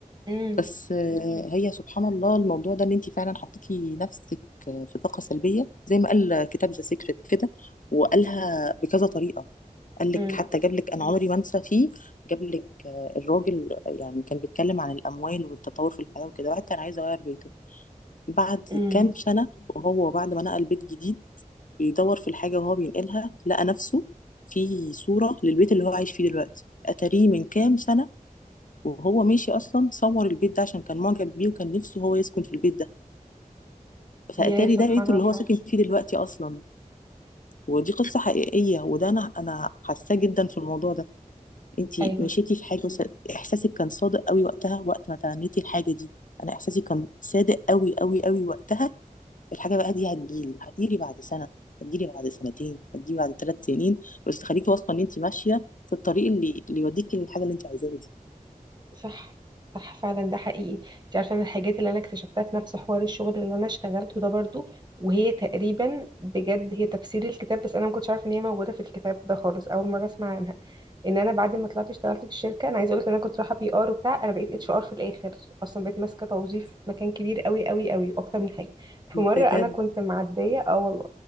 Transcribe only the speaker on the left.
بس آه، هي سبحان الله الموضوع ده ان انت فعلا حطيتي نفسك آه، في طاقه سلبيه زي ما قال كتاب ذا سيكريت كده وقالها بكذا طريقه قال لك
حتى جاب لك انا عمري ما انسى فيه جاب لك آه، الراجل يعني كان بيتكلم عن الاموال والتطور في الحياه وكده واحد كان عايز يغير بيته بعد
كام سنه وهو بعد ما نقل بيت جديد بيدور في الحاجه وهو بينقلها لقى نفسه في صوره للبيت اللي هو عايش فيه دلوقتي اتاريه من كام سنه وهو ماشي اصلا صور البيت ده عشان كان معجب بيه وكان نفسه هو يسكن في البيت ده فاتاري
ده بيته اللي
هو ساكن فيه دلوقتي اصلا ودي قصة حقيقية وده انا انا حاساه جدا في الموضوع ده انتي
مشيتي في حاجة وس... احساسك كان صادق قوي وقتها وقت ما تمنيتي الحاجة دي انا احساسي كان صادق قوي قوي قوي وقتها الحاجة بقى دي هتجيلي هتجيلي بعد سنة هتجيلي بعد سنتين هتجيلي بعد ثلاث سنين بس خليكي واثقة ان انتي ماشية في الطريق اللي اللي يوديكي للحاجة اللي انتي عايزاها دي
بجد